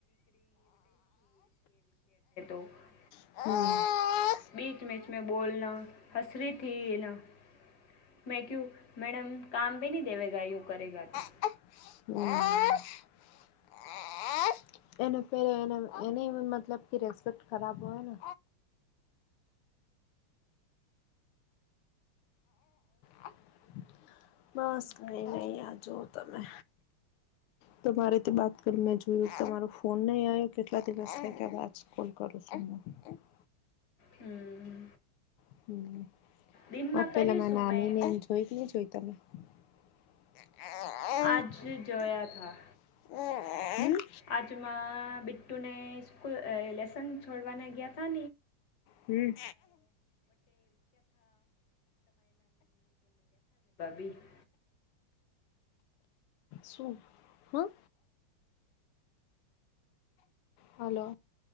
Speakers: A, on the left; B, on the left.
A: <unintelligible>
B: <unintelligible>
A: <inaudible> <inaudible>
B: <inaudible> એને એ મતલબ કે રેસ્પેક્ટ ખરાબ હોય ને <inaudible> બસ કઈ નહી આ જુઓ તમે તમારે તે <unintelligible> જો તમારો ફોન નહી આવ્યો કેટલા દિવસ <unintelligible>
A: હમ,
B: <inaudible>
A: દિનમાં કર્યું શું મેં
B: <inaudible>
A: આજ જોયા હતા આજમાં બિટ્ટુને સ્કૂલ લેસન છોડવાના ગયા
B: હમ
A: <inaudible> <inaudible>
B: શું હા? હલો